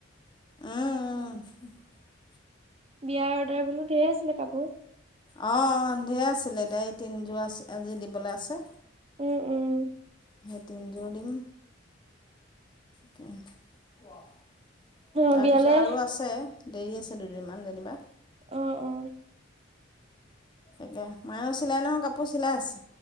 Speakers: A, on the left (about 25°); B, on the right (about 30°).
A: উম উম
B: বিয়াৰ অৰ্ডাৰ বোলো ধেৰ আছিলে কাপোৰ
A: অ ধেৰ আছিলে এতিয়া এই তিনিজোৰ আজি দিবলৈ আছে
B: উম উম
A: এতিয়া তিনিযোৰ দিম তাৰপিছত
B: অ বিয়ালে
A: আৰু আছে দেৰি আছে দুদিনমান যেনিবা
B: অ অ
A: তাকে মায়েও চিলাই নহয় কাপোৰ চিলাই আছে